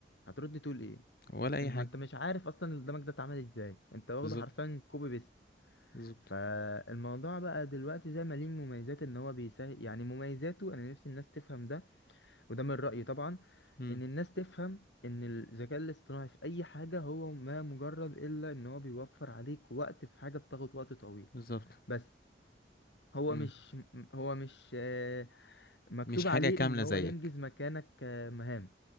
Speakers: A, on the left; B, on the left.
A: هترد تقول ايه
B: ولا اي
A: انت
B: حاجة
A: ما انت مش عارف اصلا اللي قدامك ده اتعمل ازاي انت واخده
B: بالظبط
A: حرفيا كوبي بيست
B: بالظبط
A: فالموضوع بقى دلوقتي زي ما ليه مميزات ان هو بيسهل يعني مميزاته انا نفسي الناس تفهم ده وده من رأيي طبعا
B: مم،
A: ان الناس تفهم ان الذكاء الاصطناعي في اي حاجة هو ما مجرد الا ان هو بيوفر عليك وقت في حاجة بتاخد وقت طويل
B: بالظبط
A: بس هو
B: مم.
A: مش م- هو مش آه، مكتوب
B: مش حاجة
A: عليه
B: كاملة
A: ان هو
B: زيك
A: ينجز مكانك آه، مهام